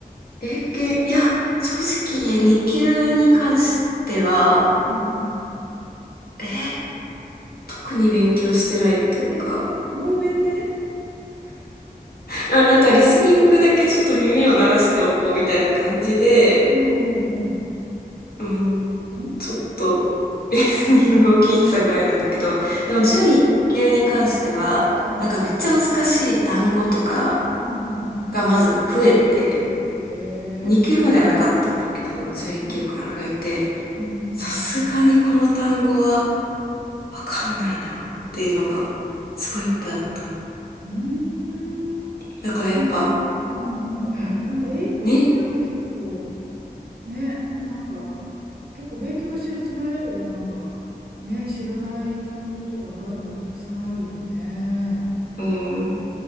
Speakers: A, on the left; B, on the right.
A: 英検、いや、正直、2級に関しては、
B: うんうん。
A: ええ特に勉強してないっていうか、
B: え、ノーベンで
A: あ、なんかリスニングだけちょっと耳を鳴らしておこうみたいな感じで、
B: うんうんうん。
A: うん、
B: 本当に
A: ちょっとリスニングを聞いてたぐらいなんだけど、でも準1級に関しては、
B: え、うん。
A: なんかめっちゃ難しい単語とか
B: うんうんうん。
A: がまず増えて、
B: へえ。
A: 2級まではなかったんだけど、準1級から増えて、
B: うんうんうん
A: さすがにこの単語は、わかんないなっていうのがすごいいっぱいあった。
B: うん。うーん。
A: だからやっぱ、
B: なんか、うんうんうんうん。
A: うん、
B: なんか英語ってなんか結構、
A: ね、
B: ね、なんか、結構勉強してるつもりだけど、なんか、ね、知らない単語とかまだまだたくさんあるよね。
A: うん、